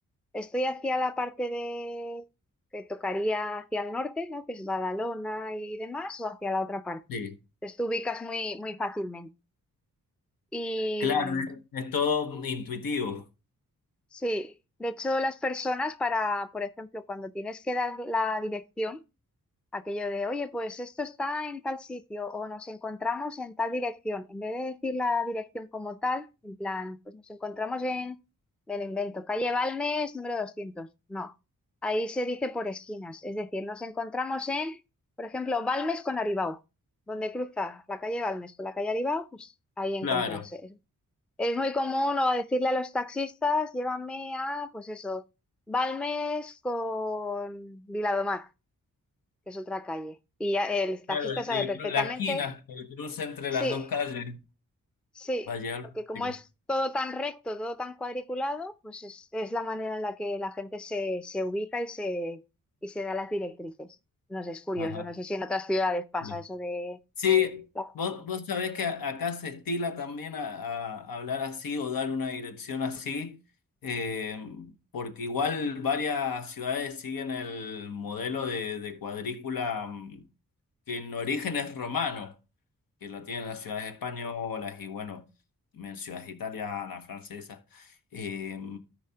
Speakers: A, in the centre; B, on the left.
A: Estoy hacia la parte de que tocaría hacia el norte, ¿no? Que es Badalona y demás, o hacia la otra parte.
B: sí.
A: Entonces tú ubicas muy, muy fácilmente. Y
B: Claro,
A: mm,
B: es, es todo intuitivo.
A: sí, de hecho las personas para, por ejemplo, cuando tienes que dar la dirección, Aquello de, oye, pues esto está en tal sitio o nos encontramos en tal dirección. En vez de decir la dirección como tal, en plan, pues nos encontramos en, me lo invento, calle Balmes número doscientos No, ahí se dice por esquinas. Es decir, nos encontramos en, por ejemplo, Balmes con Aribau. Donde cruza la calle Balmes con la calle Aribau, pues ahí encontrarse.
B: Claro,
A: Es muy común o decirle a los taxistas, llévame a, pues eso, Balmes con Viladomar que es otra calle. Y ya el taxista
B: claro, el,
A: sabe
B: el
A: perfectamente,
B: cru- la esquina, el cruce entre
A: sí,
B: las dos calles
A: sí,
B: va a llegar
A: porque
B: plástico.
A: como es todo tan recto, todo tan cuadriculado, pues es, es la manera en la que la gente se, se ubica y se, y se da las directrices. No sé, es curioso,
B: Ajá.
A: no sé si en otras ciudades pasa
B: ya.
A: eso de...
B: Sí,
A: ¿no?
B: vos, vos sabés que a- acá se estila también a, a hablar así o dar una dirección así, eh, porque igual varias ciudades siguen el modelo de, de cuadrícula mm, que en origen es romano. que lo tienen las ciudades españolas y bueno, en ciudades italianas, francesas. Eh,